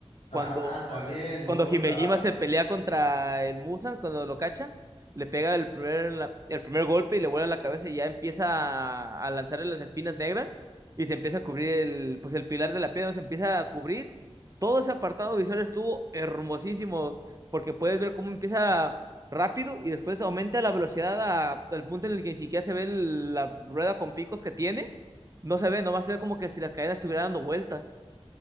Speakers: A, on the left (about 75°); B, on the right (about 30°).
A: Ajá,
B: Cuando,
A: ah, también,
B: cuando
A: muy buen
B: Himejima
A: trabajo.
B: se pelea contra el Musan, cuando lo cacha, le pega el primer, la- el primer golpe y le vuela la cabeza y ya empieza a, a lanzarle las espinas negras y se empieza a cubrir el, pues el pilar de la piedra, se empieza a cubrir. Todo ese apartado visual estuvo hermosísimo porque puedes ver cómo empieza rápido y después aumenta la velocidad a- al punto en el que ni siquiera se ve el- la rueda con picos que tiene. No se ve, nomás se ve como que si la cadena estuviera dando vueltas.